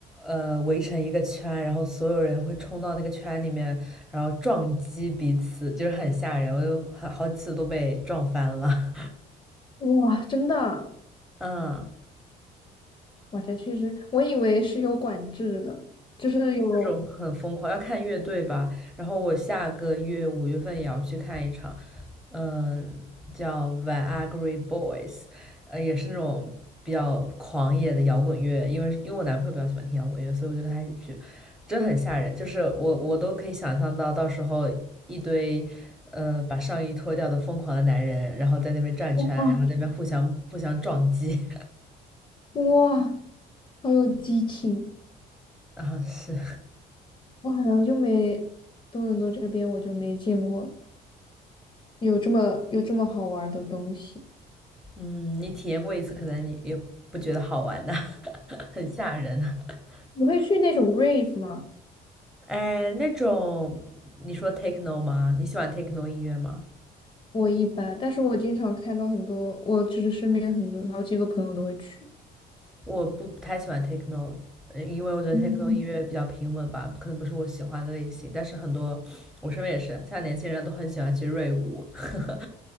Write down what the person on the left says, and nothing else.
哇，真的啊
哇，这确实，我以为是有管制的，就是有，
哇，
哇，好有激情。
我好像就没多伦多这边我就没见过有这么有这么好玩儿的东西。
你会去那种 rave 吗？
我一般，但是我经常看到很多，我就是身边很多好几个朋友都会去。
嗯，